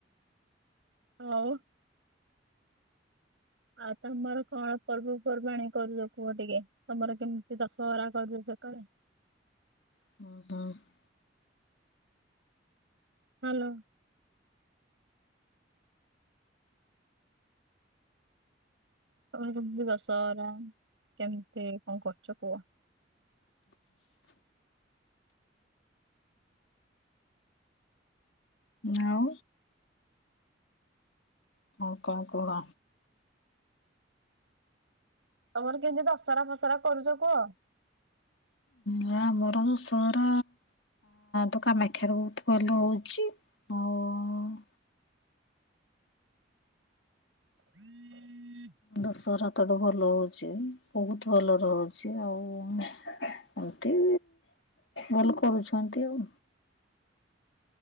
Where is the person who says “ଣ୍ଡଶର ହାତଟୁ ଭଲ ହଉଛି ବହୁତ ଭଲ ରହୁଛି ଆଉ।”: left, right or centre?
Left